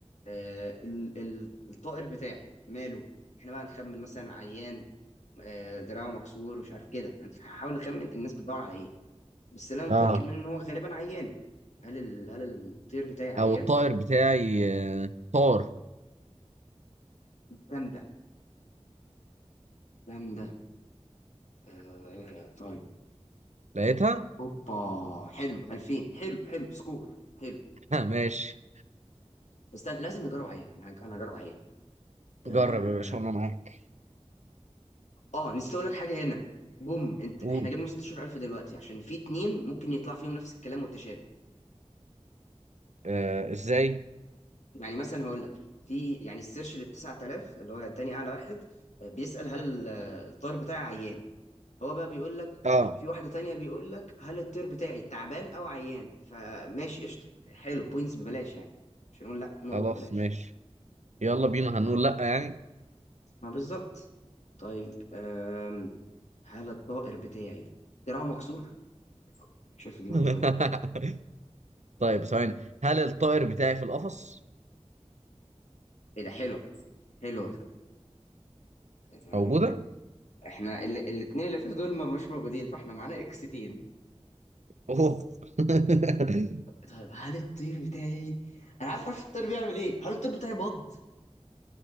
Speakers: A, on the left; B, on the right.
A: آه ال- ال- الطائر بتاعي ماله احنا بقى نخمن مثلا عيان آه، دراعه مكسور ومش عارف كده هنحاول نخمن الناس بتدور على ايه بس اللي انا
B: اه
A: متاكد منه ان هو غالبا عيان هل ال... هل الطير بتاعي عيان
B: او الطائر بتاعي آه طار
A: جامده جامده آه طيب
B: لقيتها
A: اوبا حلو 2000 حلو حلو سكور حلو
B: <laughs> ها ماشي
A: بس أنا لازم نجرب عيان انا أنا هجرب عيان اه
B: جرب يا باشا وانا معاك
A: آه، نسيت اقول لك حاجه هنا بوم انت احنا
B: قول
A: جبنا 16000 دلوقتي عشان في اتنين ممكن يطلع فيهم نفس الكلام متشابه
B: آه ازاي
A: يعني مثلا هقول لك في يعني السيرش لل 9000 اللي هو تاني اعلى واحد آه، بيسأل هل ال- الطير بتاعي عيان هو بقى بيقول لك
B: اه
A: في واحدة تانية بيقول لك هل الطير بتاعي تعبان او عيان فماشي قشطة حلو بوينتس ببلاش يعني مش هنقول لا نقط
B: خلاص
A: ببلاش
B: ماشي يلا بينا هنقول
A: طبعا
B: لا يعني
A: ما بالظبط طيب أم، هل الطائر بتاعي دراعه مكسور شايف دي
B: <laughs>
A: منطقية
B: طيب ثواني هل الطائر بتاعي في القفص
A: ايه ده حلوة حلوة آه،
B: موجودة؟
A: احنا ال- الاتنين اللي فاتوا دول ما- مش موجودين فاحنا معانا اكس تين
B: اوف <laughs>
A: طيب هل الطير بتاعي انا عايز اعرف الطير بيعمل ايه هل الطير بتاعي بط